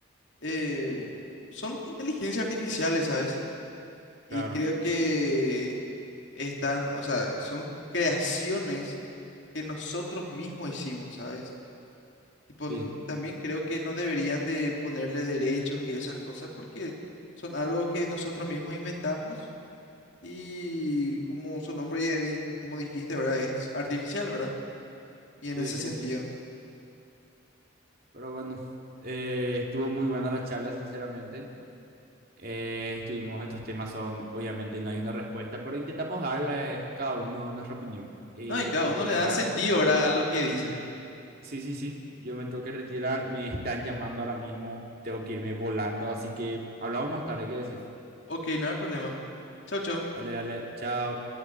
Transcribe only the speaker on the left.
eh, son inteligencias artificiales, ¿sabes?
Y creo que están, o sea, son creaciones. que nosotros mismos hicimos, ¿sabes? Tipo,
n- también creo que no deberían de ponerle derechos y esas cosas porque son algo que nosotros mismos inventamos y como su nombre ya di- como dijiste, ¿verdad? Es artificial, ¿verdad? Y en
ese
sentido.
No, y
cada
uno
le da sentido, ¿verdad? A lo que dice.
Ok, no hay problema. Chau, chau.